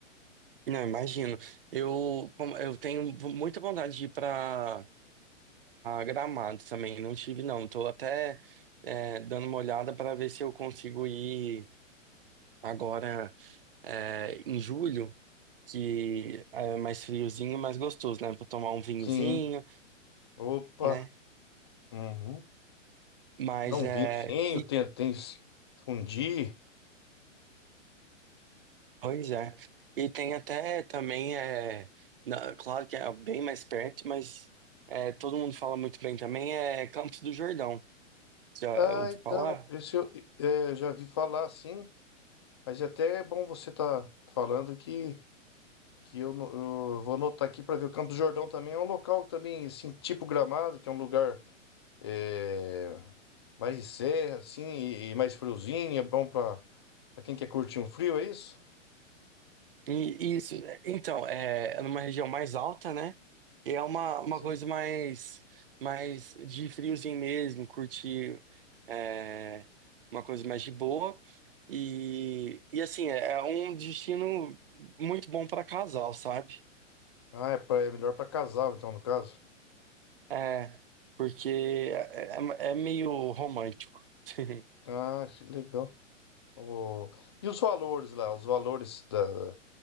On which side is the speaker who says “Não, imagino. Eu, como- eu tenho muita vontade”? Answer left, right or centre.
Right